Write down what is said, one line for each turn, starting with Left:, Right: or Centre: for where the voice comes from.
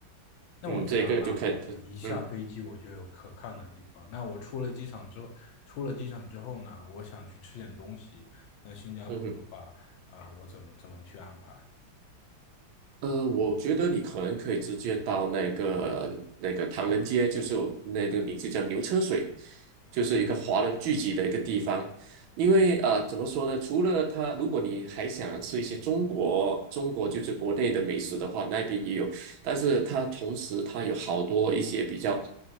Left: 那我觉得还蛮好的，
Right: 嗯，这个就可以，
Left: 一下飞机我就有可看的地方。
Right: 嗯
Left: 那我出了机场之后，出了机场之后呢，我想去吃点东西。那新加坡的话，
Right: 嗯哼。
Left: 呃，我怎么怎么去安排？
Right: 呃，我觉得你可能可以直接到那个那个唐人街，就是那个名字叫牛车水，就是一个华人聚集的一个地方。因为呃，怎么说呢？除了它，如果你还想吃一些中国中国就是国内的美食的话，那边也有。但是它同时它有好多一些比较